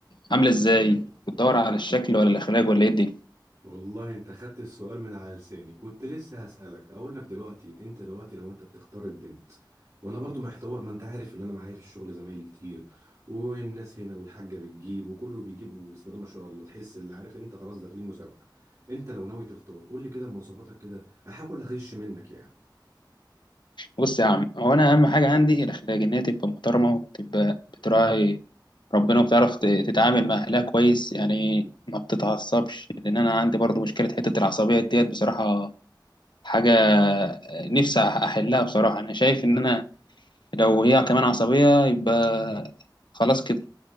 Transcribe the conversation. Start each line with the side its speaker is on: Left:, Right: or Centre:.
Left: عامله ازاي وتدور على الشكل ولا الاخلاق ولا ايه الدنيا
Right: <laughs> والله انت خدت السؤال من على لساني كنت لسه هسألك اقول لك دلوقتي انت دلوقتي لو انت بتختار البنت وانا برضو محتار ما انت عارف ان انا معايا في الشغل زمايلي كتير والناس هنا والحاجة بتجيب وكله بيجيب وبسم الله ما شاء الله تحس اللي عارف انت خلاص داخلين مسابقة انت لو ناوي تختار قول لي كده مواصفاتك كده احاول اغش منك يعني
Left: بص يا عم هو انا اهم حاجه عندي الاخلاق ان هي تبقى محترمه وتبقى بتراعي ربنا وبتعرف ت- تتعامل مع اهلها كويس يعني ما بتتعصبش لان انا عندي برضو مشكله حته العصبيه ديت بصراحه حاجه نفسي احلها بصراحه انا شايف ان انا لو هي كمان عصبيه يبقى خلاص كده